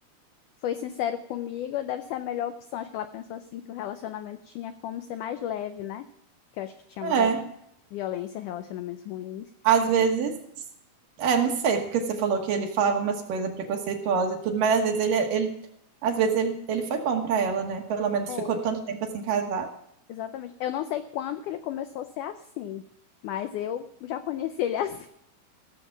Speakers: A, on the left; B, on the right.
A: foi sincero comigo, deve ser a melhor opção. Acho que ela pensou assim que o relacionamento tinha como ser mais leve, né? Que eu acho que tinha
B: É,
A: muita violência, relacionamentos ruins.
B: às vezes,
A: E-
B: é, não sei, porque você falou que ele falava umas coisas preconceituosas e tudo, mas às vezes ele, ele às vezes ele, ele foi bom pra ela, né? Pelo menos
A: é,
B: ficou tanto tempo assim casado.
A: exatamente. Eu não sei quando que ele começou a ser assim, mas eu já conheci ele assim,